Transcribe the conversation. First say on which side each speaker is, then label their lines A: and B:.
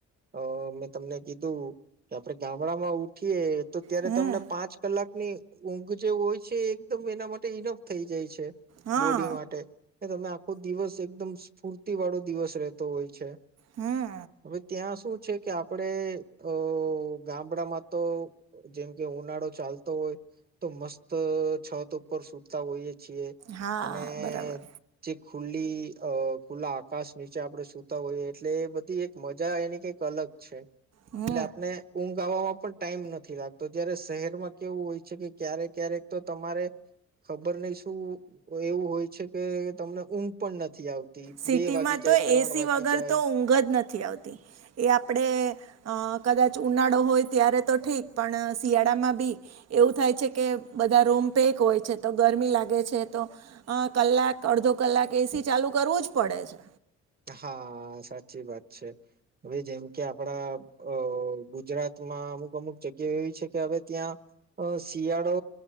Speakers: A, on the right; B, on the right.
A: અ મેં તમને કીધું કે આપણે ગામડામાં ઉઠી એ તો ત્યારે
B: હમ
A: તમને પાંચ કલાકની ઊંઘ જે હોય છે એકદમ એના માટે ઇનફ થઈ જાય છે
B: હા
A: બોડી માટે ને તમે આખો દિવસ એકદમ સ્ફૂર્તિ વાળો દિવસ રહેતો હોય છે.
B: હમ
A: હવે ત્યાં શું છે કે આપડે અઅ ગામડામાં તો જેમ કે ઉનાળો ચાલતો હોય તો મસ્ત છત ઉપર સુતા હોઈએ છીએ
B: હા
A: અને
B: બરાબર
A: જે ખુલ્લી અ ખુલ્લા આકાશ નીચે આપણે સૂતા હોઈએ. એટલે એ બધી એક મજા એની કઈક અલગ છે.
B: હમ
A: એટલે આપને ઊંઘ આવામાં પણ ટાઈમ નથી લાગતો જયારે શહેરમાં કેવું હોય છે કે ક્યારે ક્યારેક તો તમારે ખબર નહીં શું એવું હોય છે કે તમને ઊંઘ પણ નથી આવતી.
B: સિટીમાં
A: બે વાગી જાય
B: તો
A: ત્રણ
B: એસી
A: વાગી
B: વગર
A: જાય
B: તો ઊંઘ જ નથી આવતી એ આપડે અ કદાચ ઉનાળો હોય ત્યારે તો ઠીક પણ શિયાળામાં બી એવું થાય છે કે બધા રૂમ પેક હોય છે તો ગરમી લાગે છે તો અ કલાક અડધો કલાક એસી ચાલુ કરવું જ પડે છે.
A: હા સાચી વાત છે. હવે જેમ કે આપડા અહ ગુજરાત માં અમુક અમુક જગ્યાઓ એવી છે કે હવે ત્યાં અહ શિયાળો